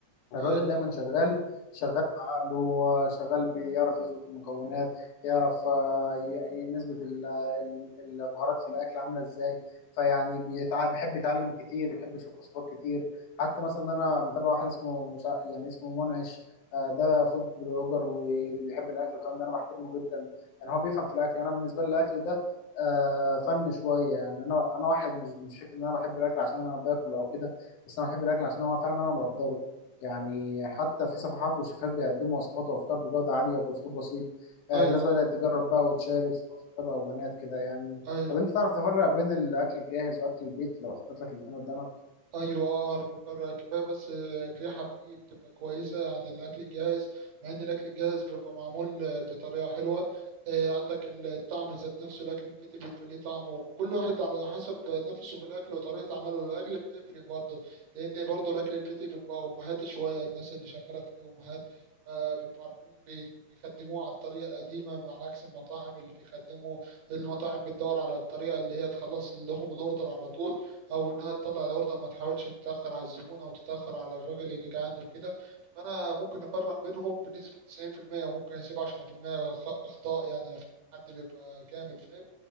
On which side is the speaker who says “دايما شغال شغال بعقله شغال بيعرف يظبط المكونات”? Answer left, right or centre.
Left